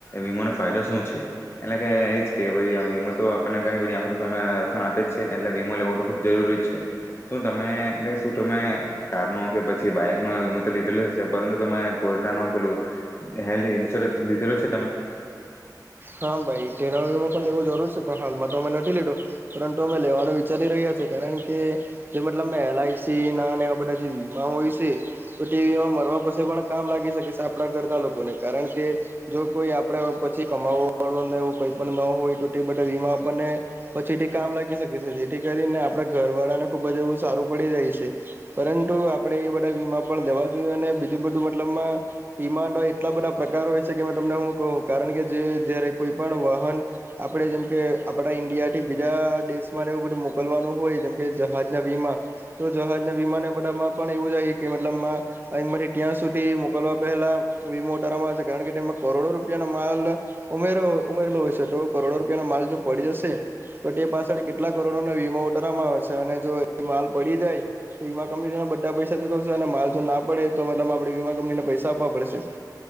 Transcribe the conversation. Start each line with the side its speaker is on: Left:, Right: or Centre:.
Left: વીમોનોો ફાયદો શું છે એટલે કે એજ કે વીમો તો આપણને ઘણી બધી આખો સમ રક્ષણ આપે જ છે એટલે વીમો લેવ ખુબ જરૂરી છે શું તમે એટલે શું તમે કાર નો કે પછી બાઈક નો વીમો તો લીધેલો પરંતુ તમે પોરટા ન પેલું હેલ્થ ઇન્સ્યોરન્સ દીધ રહ્યો છે તમાં
Right: હા ભાઈ તેનામાં પણ એવું જરૂર છે પણ હાલમાં તો મને લીધો પરંતુ અમે લેવાનો વિચારી રહ્યા છીએ કારણ કે જે મતલબ એલઆઈસી ના એવા બધા જે વીમા હોય છે તો તે વીમા મરવા પછી પણ કામ લાગી શકે છે આપણા ઘરના લોકોને કારણ કે જો કોઈ આપડા પછી કમાવો એવ કોઈ પણ ન હોય તો બધા વીમા આપણને પછીથી કામ લાગી શકે છે જેથી કરીને આપડા ઘર વાળાને ખુબ જ એવું સારું પડી જાય છે પરંતુ આપડે એ બધા વીમા પણ લેવા જોઈએ અને બીજું બધું મતલબમાં વીમા એટલા બધા પ્રકાર હોય છે કે તમને હું કહું કારણ કે જે જયારે કોઈ પણ વાહન આપણેે જેમકે આપડા ઈન્ડિયાથી બીજા દેશમાંને એવું બધું મોકલવાનું હોય જેમકે જહાજના વીમા તો જહાજના વીમાના બધામાં પણ એવું જાય કે મતલબ અહીંમાંથી ત્યાં સુધી મોકલવા પહેલા વીમા ઉતારવામાં આવે છે કારણ કે તેમાં કરોડો રૂપિયાનો માલ ઉમે હોય તો કરોડો રૂપિયાનો માલ જો પડી જશે તો તે પાછળ કેટલા કરોડોના વીમા ઉતારવામાં આવેશે અને જો એ માલ પડી જાય તો વીમા કંપની બધા પૈસા ચૂકવશે અને માલ જો ના પડે તો મતલબ આપણે વીમા કંપનીને પૈસા આપવા પડશે